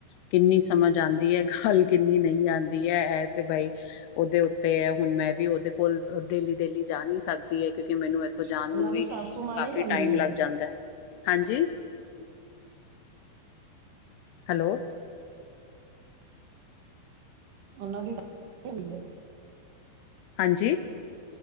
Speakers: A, on the left (about 85°); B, on the right (about 55°).
A: ਕਿੰਨੀ ਸਮਝ ਆਦੀ ਗੱਲ ਕਿੰਨੀ ਨਹੀਂ ਆਉਂਦੀ ਹੈ ਇਹ ਤੇ ਬਾਈ ਉਹਦੇ ਉੱਤੇ ਹੈ ਹੁਣ ਮੈਂ ਵੀ ਉਹਦੇ ਕੋਲ ਡੇਲੀ ਡੇਲੀ ਜਾ ਨਹੀਂੀ ਸਕਦੀ ਹੈ ਕਿਉਕਿ ਮੈਨੂੰ ਇੱਥੋਂ
B: ਅੱਛਾ
A: ਜਾਣ
B: ਉਹਨਾਂ
A: ਨੂੰ ਵੀ
B: ਦੀ ਸਾਸੂ ਮਾਂ
A: ਕਾਫੀ
B: ਨਹੀਂ ਰਹਿੰਦੀ
A: ਟਾਈਮ ਲੱਗ ਜਾਂਦਾ ਹੈ ਹਾਂਜੀ ਹੈਲੋ
B: ਉਨ੍ਹਾਂਨਾਂ ਦੀ <unintelligible> ਹੈ
A: ਹਾਂਜੀ